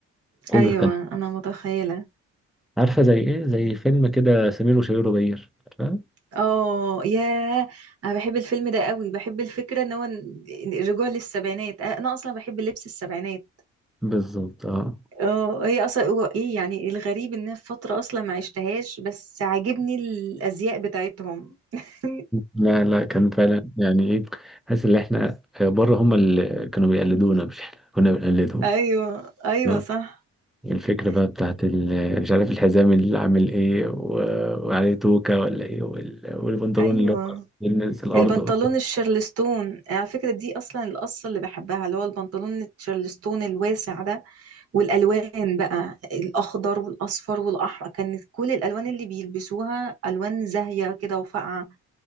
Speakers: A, in the centre; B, on the right.
A: كله
B: أيوة
A: كان
B: أنا متخيلة
A: عارفة زي ايه زي فيلم كده سمير وشهير وبهير عارفة؟
B: اه يا أنا بحب الفيلم ده قوي بحب الفكرة ان هو ن- الرجوع للسبعينات آه، أنا أصلا بحب لبس السبعينات
A: بالظبط اه
B: اه هي اصلا هو ايه يعني الغريب ان أنا في فتره اصلا ما عشتهاش بس عاجبني الازياء بتاعتهم <laughs>
A: لا لا كان فعلا يعني ايه حاسس ان احنا آه، بره هم اللي كانوا بيقلدونا مش احنا كنا بنقلدهم
B: ايوه ايوه
A: آه.
B: صح
A: الفكرة
B: مم.
A: بقى بتاعت ال- مش عارف الحزام اللي عامل ايه و- وعليه توكة ولا ايه وال- والبنطلون
B: ايوه
A: اللي هو بيلمس الأرض
B: البنطلون الشارلستون على فكره دي اصلا القصه اللي بحبها اللي هو البنطلون الشارلستون الواسع ده والالوان بقى الاخضر والاصفر والاحمر كانت كل الالوان اللي بيلبسوها الوان زاهيه كده وفاقعه